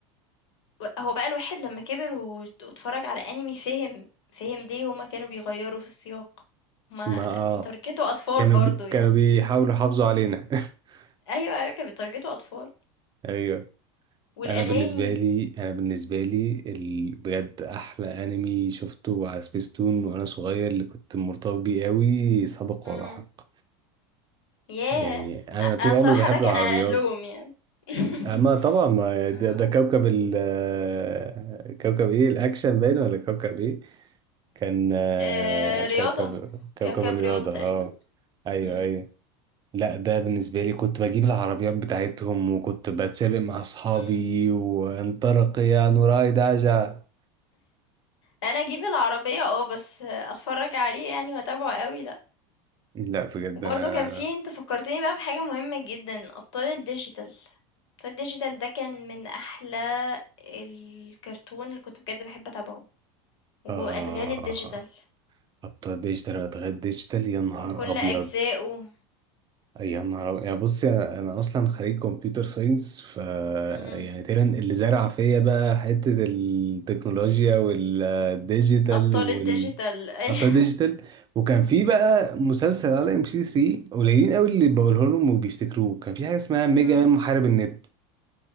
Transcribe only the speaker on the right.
ما اه
كانوا
بي...
كانوا بيحاولوا يحافظوا علينا <laughs>
ايوه
انا بالنسبه لي انا بالنسبه لي ال- بجد احلى انمي شفته على سبيستون وانا صغير اللي كنت مرتبط بيه قوي سابق
ولاحق
يعني انا
طول
عمري بحب
العربيات
اما طبعا ما ده,
ده كوكب ال <laughs> كوكب ايه الاكشن باين ولا كوكب ايه كان آه،
كوكب
كوكب
الرياضه
اه ايوه
ايوه لا ده بالنسبة لي كنت بجيب العربيات بتاعتهم وكنت بتسابق مع أصحابي
وانطلق يا نوراي داجا
لا بجد
انا
اه
ابطال ديجيتال واتغير ديجيتال يا نهار
ابيض
يا نهار أبيض. يعني بص يا- انا اصلا خريج كمبيوتر ساينس ف
يعني تقريبا اللي زرع فيا بقى حته التكنولوجيا والديجيتال
وال
ابطال ديجيتال وكان في بقى مسلسل على ام بي 3 قليلين قوي اللي بقوله لهم وبيفتكروه كان في حاجه اسمها ميجا
مان محارب النت